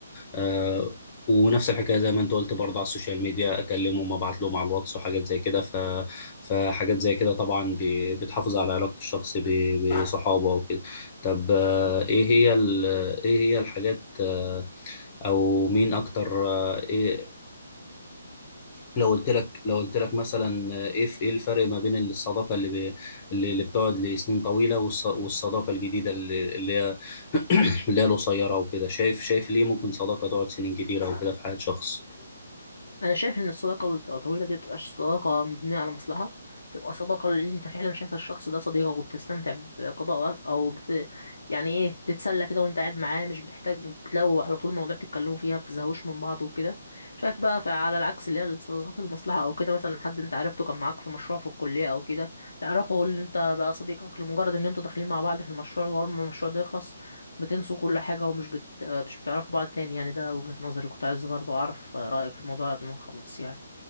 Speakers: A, on the left; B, on the left.
A: آه، ونفس الحكايه زي ما انت قلت برضه على السوشيال ميديا اكلمهم ابعت لهم على الواتس وحاجات زي كده ف... فحاجات زي كده طبعا بي... بتحافظ على علاقه الشخص ب... بصحابه وكده طب آه، ايه هي ال... ايه هي الحاجات آه، او مين اكتر آه، ايه لو قلت لك لو قلت لك مثلا آه، ايه في- ايه الفرق ما بين الصداقه اللي ب... اللي اللي بتقعد لسنين طويله والص... والصداقه الجديده اللي اللي هي <clears throat> اللي هي القصيره وكده شايف شايف ليه ممكن صداقه تقعد سنين كتيره وكده في حياه شخص
B: انا شايف ان الصداقه اللي بتبقى طويله دي متبقاش صداقه مبنيه على مصلحه تبقى صداقه اللي انت فعلا شايف الشخص ده صديقك وبتستمتع بقضاء وقت او بت... يعني ايه بتتسلى كده وانت قاعد معاه مش بتحتاج لو على طول مواضيع تتكلموا فيها ما بتزهقوش من بعض وكده شايف بقى ف- على العكس اللي هي الصداقات المصلحه او كده مثلا حد انت عرفته كان معاك في مشروع في الكليه او كده تعرفه اللي انت بقى صديقك لمجرد ان انتوا داخلين مع بعض في المشروع واول ما المشروع ده يخلص بتنسوا كل حاجة ومش بت... مش بتعرفوا بعض تاني يعني ده وجهة نظري كنت عايز برضو أعرف رأيك في الموضوع قبل ما نخلص يعني